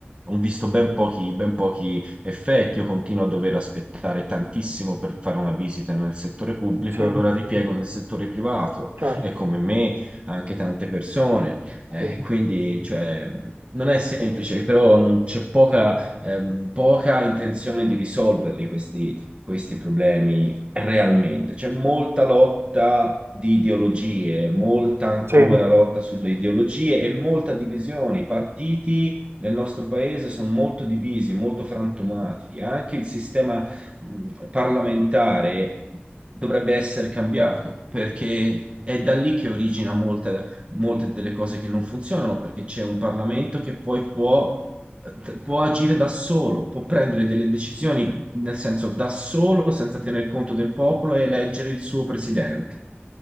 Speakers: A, on the right; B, on the right.
A: ho visto ben pochi, ben pochi effetti, io continuo a dover aspettare tantissimo per fare una visita nel settore pubblico
B: sì,
A: e allora ripiego
B: sì,
A: nel settore privato
B: certo,
A: e come me anche tante persone. Eh,
B: sì,
A: quindi, cioè, non è semplice, però non- c'è poca, ehm, poca intenzione di risolverli questi, questi problemi realmente. C'è molta lotta di ideologie, molta ancora
B: sì,
A: lotta sulle ideologie e molta divisione. I partiti nel nostro paese sono molto divisi, molto frantumati. Anche il sistema mh, parlamentare dovrebbe essere cambiato perché è da lì che origina molta molte delle cose che non funzionano perché c'è un Parlamento che poi può, eh, può agire da solo, può prendere delle decisioni nel senso da solo senza tener conto del popolo e eleggere il suo presidente.